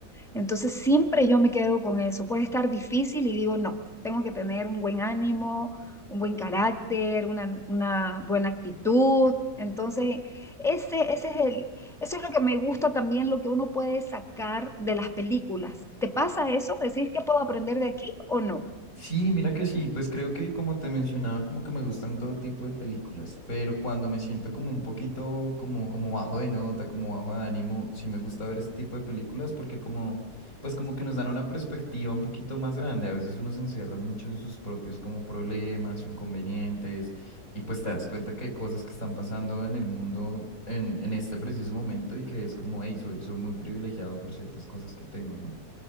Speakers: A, in the centre; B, on the left.
A: Entonces siempre yo me quedo con eso. Puede estar difícil y digo, no, tengo que tener un buen ánimo, un buen carácter, una, una buena actitud. Entonces, ese, ese es el, eso es lo que me gusta también, lo que uno puede sacar de las películas. ¿Te pasa eso? ¿Decís que puedo aprender de aquí o no?
B: Sí, mira que sí, pues creo que como te mencionaba, como que me gustan todo tipo de películas, pero cuando me siento como un poquito como, como bajo de nota, como bajo de ánimo, sí me gusta ver ese tipo de películas porque como, pues como que nos dan una perspectiva un poquito más grande, a veces uno se encierra mucho en sus propios como problemas o inconvenientes y pues te das cuenta que hay cosas que están pasando en el mundo en, en este preciso momento y que es como, hey, soy, soy muy privilegiado por ciertas cosas que tengo, ¿no?